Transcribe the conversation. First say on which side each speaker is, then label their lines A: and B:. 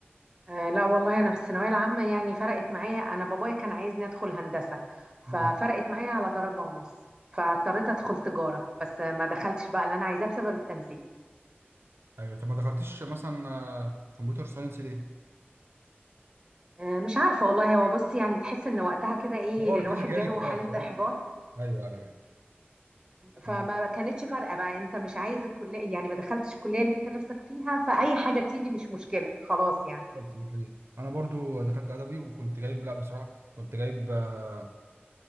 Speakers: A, on the right (about 20°); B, on the right (about 80°).
A: آه لا والله أنا في الثانوية العامة يعني فرقت معايا أنا بابايا كان عايزني أدخل هندسة
B: ما
A: ففرقت معايا على درجة ونص فاضطريت أدخل تجارة بس ما دخلتش بقى اللي أنا عايزاه بسبب التنسيق
B: ايوه طب ما دخلتيش مثلا آه، كمبيوتر ساينس ليه؟
A: آه مش عارفة والله هو بص يعني تحس إن وقتها كده إيه
B: قرار
A: الواحد
B: كده جالك
A: جاله حالة
B: اه قرار
A: إحباط
B: ايوه ايوه أيوة.
A: فما
B: انا
A: كانتش فارقة بقى أنت مش عايز الكلية يعني ما دخلتش الكلية اللي أنت نفسك فيها فأي حاجة تيجي مش مشكلة خلاص يعني
B: فكرت في الحاجة دي. انا برضو دخلت ادبي وكنت جايب لا بصراحه كنت جايب آه،